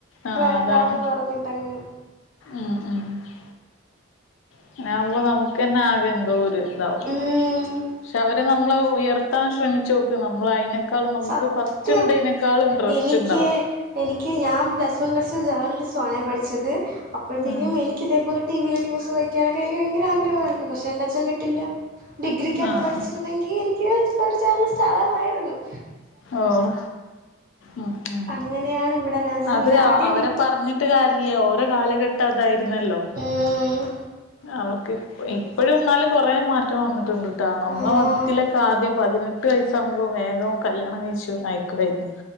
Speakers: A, on the left; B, on the right.
A: ആഹ്
B: വേണ്ടാന്ന്
A: അതാണ്
B: പറഞ്ഞിട്ടങ്ങ്
A: ആഹ് മ് - അങ്ങനാമ്പോ നമുക്ക്ന്നെ ആകെ എന്തോ ഒരു ഇതാവും
B: ഉം.
A: പക്ഷെ അവര് നമ്മള ഉയർ- ത്താൻ ശ്രമിച്ച്നോക്ക് നമ്മൾ അയിനക്കാളും നമുക്ക്
B: സത്യം
A: ഫസ്റ്റ് ഇണ്ടായിനേക്കാളും ഇൻറ്രസ്റ്റ്ണ്ടാവും-
B: എനിക്ക് എനിക്ക് ഞാൻ plus one plus two journalism ആണേ പഠിച്ചത് അപ്പഴ്ത്തേക്കും
A: ഉം
B: എനിക് ക്ക് ഇതേപലെ ടിവിയില് ന്യൂസ്‌ വയ്ക്കാനൊക്കെ നിക്ക് ഭയങ്കര ആഗ്രഹയിരുന്നു പക്ഷേ എന്റെച്ഛൻ വിട്ടില്ല- ഡിഗ്രിക്ക് അത്
A: ആഹ് ആഹ്
B: പഠിച്ചിരുന്നെങ്കിൽ എനിക്ക് ഒരു ജോണലിസ്റ്റാവാമായിരുന്നു-
A: ഓഹ് ഉം ഉം
B: അങ്ങനെയാണ് ഇവിടെ നഴ്സിങ്ങിന്
A: അത്
B: ആദ്യം
A: അവരെ
B: ഡി
A: പറഞ്ഞ്- ട്ട്കാരില്ലാ ഓരോ കാലഘട്ടം അതായിരുന്നല്ലോ-
B: ഉം.
A: അവർക്ക് ഇപ്പോഴുംന്നാല് കൊറേ മാറ്റം വന്നിട്ടുണ്ട്- നമ്മള
B: ആഹ്
A: മതത്തിലൊക്കെ ആദ്യം പതിനെട്ട് എട്ടു വയസാകുമ്പോ വേഗം കല്യാണം കഴിച്ച അയക്കുവായിരുന്നു.